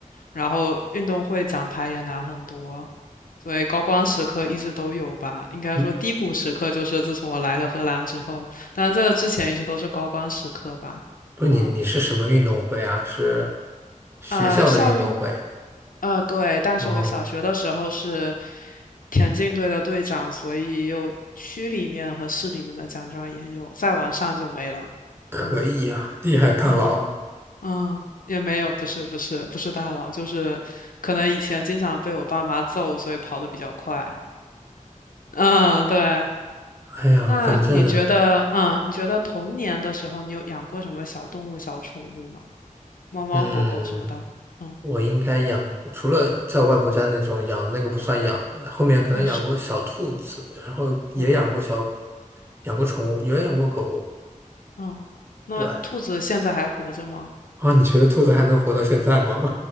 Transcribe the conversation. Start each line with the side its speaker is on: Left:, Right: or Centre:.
Left: 然后运动会奖牌也拿很多，所以高光时刻一直都有吧。应该说低谷时刻就是自从我来了荷兰之后，
Right: 嗯，
Left: 但是在这之前一直都是高光时刻吧。
Right: 不是你，
Left: 嗯，
Right: 你是什么运动会啊？是学校的运动会？
Left: 呃，校呃，对，但是我小学的时候是
Right: 哦，
Left: 田径队的队长，所以也有区里面和市里面的奖状也有，再往上就没了。
Right: 可以呀，
Left: 嗯
Right: 厉害大佬。
Left: 嗯嗯，也没有，不是不是不是大佬，就是可能以前经常被我爸妈揍，所以跑得比较快。嗯，对。
Right: 哎呀，
Left: 那你觉得，
Right: 反正
Left: 嗯，你觉得童年的时候你有养过什么小动物、小宠物吗？猫猫、
Right: 嗯。
Left: 狗狗什么的？嗯，
Right: 我应该养过，除了在外婆家那种养，那个不算养，后面可能养过小兔子，
Left: 为什么？
Right: 然后也养过小，
Left: 嗯
Right: 养过宠物，也养过狗。
Left: 嗯，那兔子现在还活着吗？
Right: 对，啊，你觉得兔子还能活到现在吗？